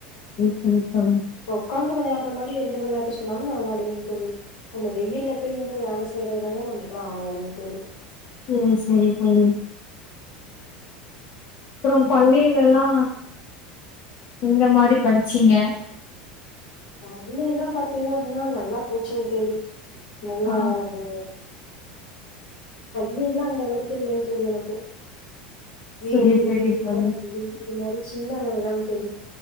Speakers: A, on the left (about 45°); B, on the left (about 75°).
A: செரிங் தோழி
B: உக்காந்து விளையாடுற மாரி எந்த விளையாட்டு சொன்னாலும் நான் விளாடுவேன் தோழி அந்த வெயில்ல போய் நின் வேலை செய்றதுதாங்க நமக்குலாம் ஆவாதுங்க தோழி
A: உம் சரி தோழி அப்றொம் பள்ளியிலல்லா எந்த மாரி படிச்சீங்க?
B: பள்ளில்லாம் பாத்தீங்க அப்டின்னா நல்லா போச்சிங்க தோழி நல்லாவே
A: ஆ
B: வீட்லாம் அந்தளவுக்கு இல்லங்க தோழி எனக்கு வீடு
A: சரி சரி
B: வீடு
A: தோழி
B: விட்டா பள்ளி இது மாரி சின்ன அளவுதாங்க தோழி